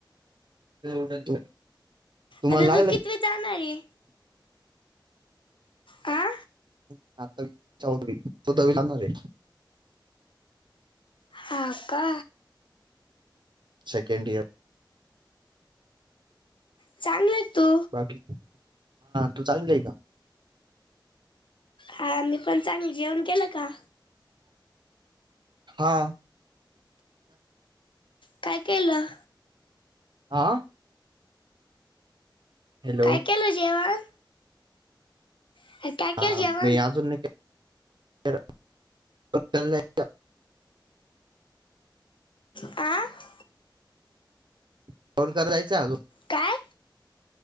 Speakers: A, on the right; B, on the left.
A: <unintelligible> तुम्हाला
B: आता तू
A: लागलं
B: किती वित जाणार हे? हा
A: <unintelligible>
B: हा का?
A: Second year.
B: चांगलं आहे तू.
A: बाकी तू चांगली हे का?
B: हा मी पण चांगली. जेवण केलं का?
A: हा.
B: काय केलं
A: आं? हॅलो
B: काय केल जेवण? अरे, काय
A: <unintelligible>
B: केलं जेवण आ.
A: फोन करायचा हाय चालू.
B: काय?